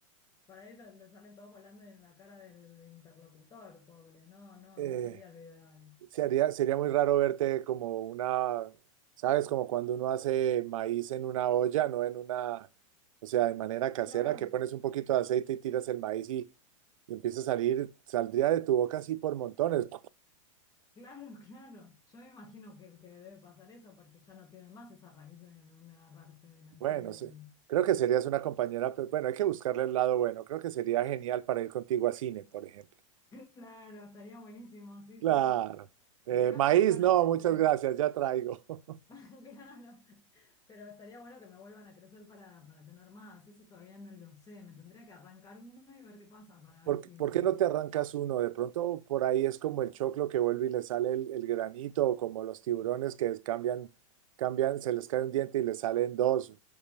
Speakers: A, on the left (about 20°); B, on the right (about 80°).
A: Por ahí lo- le salen todos volando en la cara del interlocutor, pobre. No, no,
B: Eh,
A: no sería lo ideal.
B: Sería, sería muy raro verte como una, ¿sabes? Como cuando uno hace maíz en una olla, no en una, o sea, de manera casera,
A: Claro,
B: que pones un poquito de aceite y tiras el maíz y, y empieza a salir, saldría de tu boca así por montones.
A: claro, <laughs> claro. Yo me imagino que, que debe pasar eso porque ya no tienen más esa raíz de, de donde agarrarse de la
B: Bueno,
A: encía.
B: sí.
A: Y...
B: Creo que serías una compañera, pero bueno, hay que buscarle el lado bueno. Creo que sería genial para ir contigo a cine, por ejemplo.
A: Claro, estaría buenísimo, sí,
B: Claro.
A: sí.
B: Eh,
A: El tema
B: maíz,
A: es que vuelvan
B: no,
A: a crecer.
B: muchas gracias, ya traigo. <laughs>
A: <laughs> Claro, pero estaría bueno que me vuelvan a crecer para, para tener más. Eso todavía no lo sé. Me tendría que arrancar uno y ver qué pasa para
B: ¿Por,
A: ver si...
B: qué por qué
A: me-
B: no te arrancas uno? De pronto por ahí es como el choclo que vuelve y le sale el, el granito, o como los tiburones que cambian, cambian, se les cae un diente y le salen dos,